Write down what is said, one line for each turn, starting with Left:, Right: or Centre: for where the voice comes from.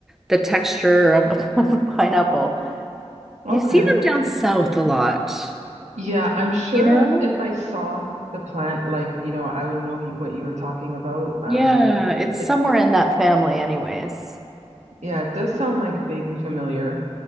Centre: the texture of a, <laughs> of a pineapple.
Right: Okay.
Centre: You see them down south a lot,
Right: Yeah, I'm sure
Centre: you know?
Right: if if I saw the plant like, you know, I would know what you were talking about. Um
Centre: Yeah, it's
Right: it
Centre: somewhere in that family anyways.
Right: yeah, it does sound like vaguely familiar.